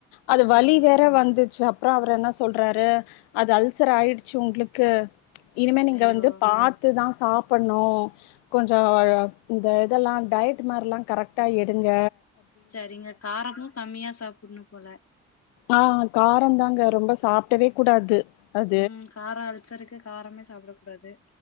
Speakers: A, on the left; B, on the left.
A: அது
B: செரிங்க
A: வலி வேற வந்துச்சு அப் அப்றோ அவர் என்ன சொல்றாரு அது அல்சர் ஆய்டுச்சு உங்ளுக்கு இனிமே நீங்க
B: ஐயோ
A: வந்து பாத் த்து தா சாப்புட்ணு கொஞ்சோ இந்த இதெல்லா டயட் மாரிலா கரெக்ட் ட்டா எடுங்க
B: செரிங்க காரமு கம்மியா சாப்புட்ணு போல
A: ஆ காரோ தாங்க ரொம்ப சாப்டவே கூடாது அது.
B: ம் காரோ அல்சர்க்கு காரமே சாப்ட கூடாது